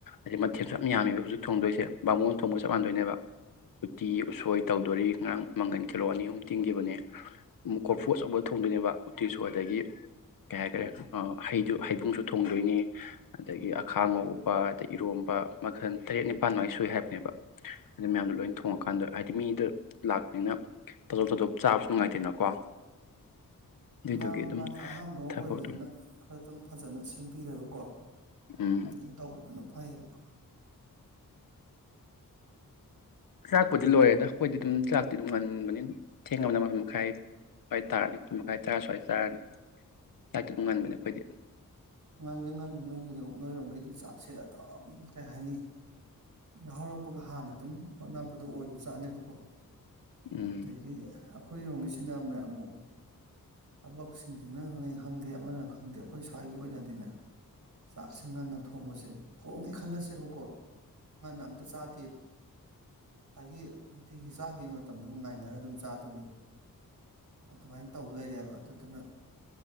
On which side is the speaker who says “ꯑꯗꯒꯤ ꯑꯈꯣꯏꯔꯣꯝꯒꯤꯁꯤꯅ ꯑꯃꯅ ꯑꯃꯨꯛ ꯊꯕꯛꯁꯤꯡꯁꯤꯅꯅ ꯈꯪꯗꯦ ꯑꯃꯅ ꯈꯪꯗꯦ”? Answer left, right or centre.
Right